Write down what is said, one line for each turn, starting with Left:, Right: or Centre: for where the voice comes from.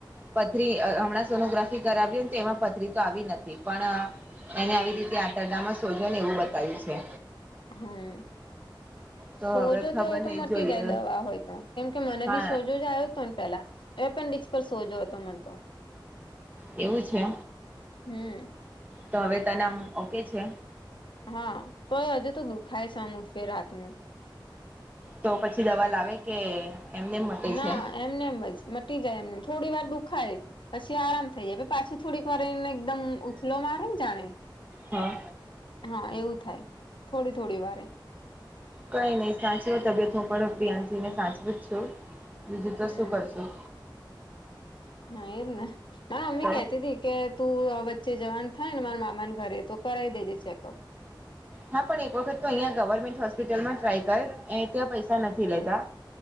Right: પથરી હમણાં સોનોગ્રાફી કરાવી ને તો એમાં પથરી તો આવી નથી પણ એને આવી રીતે આંતરડામાં સોજો ને એવું બતાવ્યું છે.
Left: હમ્મ.
Right: તો
Left: સોજો
Right: હવે ખબર
Left: તો હોય
Right: નહી
Left: તો મટી
Right: જોઈએ
Left: જાય દવા હોય તો કેમ કે મને
Right: હા
Left: બી સોજો જ આવ્યો તો ન પેલા એપેન્ડિકસ પર સોજો હતો મન તો
Right: એવું છે.
Left: હમ.
Right: તો હવે તને અમ ઓકે છે.
Left: હા તો હજુ તો દુખાય સામુ ફે રાતનું
Right: તો પછી દવા લાવે કે. એમને મટે
Left: ના
Right: છે
Left: એમનેમ જ મટી જાય એમને થોડી વાર દુખાય પછી આરામ થઈ જાય એ વળી પાછું. થોડીક વાર એને એકદમ ઉછલો મારે જાણે
Right: હા
Left: હા એવું થાય થોડી થોડી વારે.
Right: કઈ નહી સાચવો તબિયત હું પણ પ્રિયાંશ ને સાચવું જ છું બીજું તો
Left: હમ
Right: શું કરશું.
Left: હા એ ને તારી મમ્મી
Right: તો
Left: કેતી હતી. કે તું વચ્ચે જવાન થાય ને મારા મામા ન ઘરે તો કરાવી દેજે ચેકઅપ
Right: હા પણ એક વખત તો અહીંયા ગવર્મેન્ટ હોસ્પિટલમાં ટ્રાય કર એ ત્યાં પૈસા નથી લેતા.